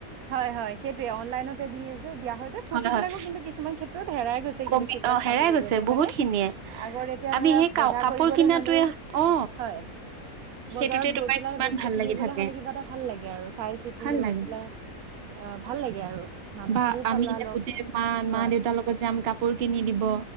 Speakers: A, on the right; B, on the right.
A: হয় হয় সেইটোৱে অনলাইনতে দি আছে। দিয়া হৈছে যে ফূৰ্ত
B: হয় হয়
A: বিলাকো কিন্তু কিছুমান ক্ষেত্ৰত হেৰাই গৈছে
B: কমি
A: কিন্তু সেইবিলাক
B: অ হেৰাই
A: চাবলৈ
B: গৈছে
A: গ'লেও
B: বহুত
A: হয় নে
B: খিনিয়ে
A: আগতে। এতিয়া
B: আমি
A: ধৰক
B: সেই কা
A: বজাৰ
B: কাপোৰ
A: কৰিবলে
B: কিনাটোৱে
A: হ'লেও,
B: অ
A: হয়। বজাৰত
B: সেইটোতে
A: গৈ
B: তোমাৰ
A: পেলাই
B: কিমান
A: বস্তু
B: ভাল
A: কিনিবলৈ
B: লাগি থাকে
A: হ'লে কিবা এটা। ভাল লাগে আৰু চাই চিতি
B: ভাল
A: লৈ
B: লাগে।
A: পেলাই অ' ভাল লাগে আৰু মানুহখিনিও
B: বা আমি
A: পালা
B: এতিয়া
A: লগ
B: গোটেই মা-মা
A: হয়
B: দেউতাৰ লগত যাম কাপোৰ কিনি দিব।